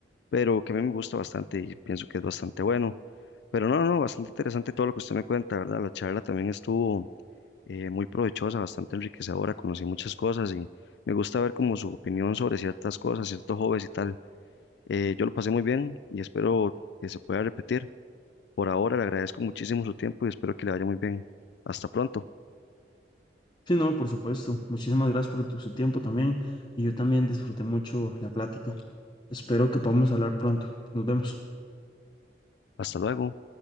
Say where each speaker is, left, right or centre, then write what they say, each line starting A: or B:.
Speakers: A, on the left (about 70°); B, on the left (about 25°).
A: pero que a mí me gusta bastante y pienso que es bastante bueno. Pero no, no, no, bastante interesante todo lo que usted me cuenta, ¿verdad? La charla también estuvo eh, muy provechosa, bastante enriquecedora, conocí muchas cosas y me gusta ver como su opinión sobre ciertas cosas, ciertos hobbies y tal. Eh, yo lo pasé muy bien y espero que se pueda repetir. Por ahora le agradezco muchísimo su tiempo y espero que le vaya muy bien. Hasta pronto,
B: Sí, no, por supuesto. Muchísimas gracias por tu- su tiempo también y yo también disfruté mucho la plática. Espero que podamos hablar pronto. Nos vemos.
A: hasta luego.